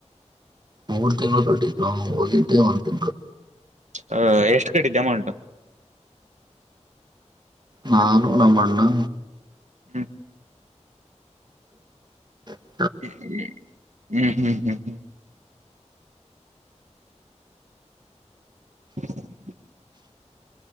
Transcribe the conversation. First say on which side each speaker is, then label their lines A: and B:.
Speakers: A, on the right; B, on the right.
A: ಮೂರು ತಿಂಗಳು ಕಟ್ಟಿದ್ದೆ ಹೋಗಿದ್ದೆ ಒಂದು ತಿಂಗಳ.
B: ಹಹ ಎಷ್ಟು ಕಟ್ಟಿದ್ದಿ ಅಮೌಂಟ್.
A: ನಾನು ನಮ್ಮ ಅಣ್ಣಾ.
B: ಹ್ಮ.
A: ಹ.
B: ಹ್ಮ್ ಹ್ಮ್. ಹ್ಮ್ ಹ್ಮ್ ಹ್ಮ. ಹ್ಮ್.